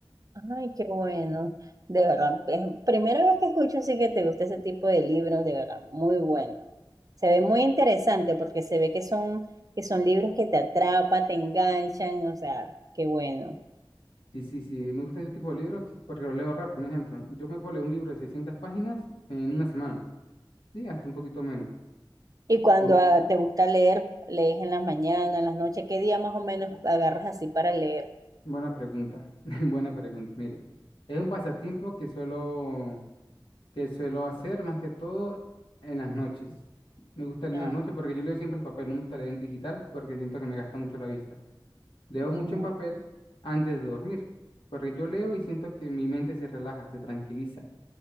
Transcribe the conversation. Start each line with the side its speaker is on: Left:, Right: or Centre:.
Right: Ay, qué bueno. De verdad, es primera vez que escucho así que te gusta ese tipo de libros, de verdad, muy bueno. Se ve muy interesante porque se ve que son, que son libros que te atrapan, te enganchan, o sea, qué bueno.
Left: Sí, sí, sí, me gustan ese tipo de libros porque los leo rápido. Un ejemplo, yo me puedo leer un libro de 600 páginas en una semana, sí, hasta un poquito menos.
Right: Y cuando
Left: O-
Right: ah, te gusta leer, lees en las mañanas, en las noches, ¿qué día más o menos agarras así para leer?
Left: buena pregunta, <laughs> buena pregunta, mire. Es un pasatiempo que suelo que suelo hacer más que todo en las noches. Me gusta leer
Right: Ah,
Left: en las noches porque yo leo siempre en papel, no me gusta leer en digital porque siento que me gasta mucho la vista. Leo mucho
Right: ujú,
Left: en papel antes de dormir, porque yo leo y siento que mi mente se relaja, se tranquiliza.